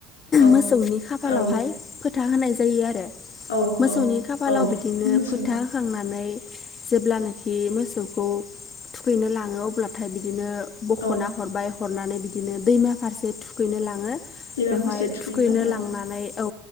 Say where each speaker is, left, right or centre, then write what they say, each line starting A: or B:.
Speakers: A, on the left (about 85°); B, on the left (about 40°).
A: औ
B: मोसौनि खाफालावहाय
A: औ।
B: फोथा होनाय जायो आरो
A: औ
B: मोसौनि
A: औ
B: खाफालाव
A: औ
B: बिदिनो
A: मोसौनि
B: फोथा होखांनानै जेब्लानाखि मोसौखौ थुखैनो लाङो अब्लाथाय बिदिनो बख'ना
A: औ
B: हरबाय हरनानै बिदिनो दैमा फारसे थुखैनो लाङो।
A: बेरा
B: बेवहाय
A: फारसे थुखैनो नांगौ
B: लांनानै औ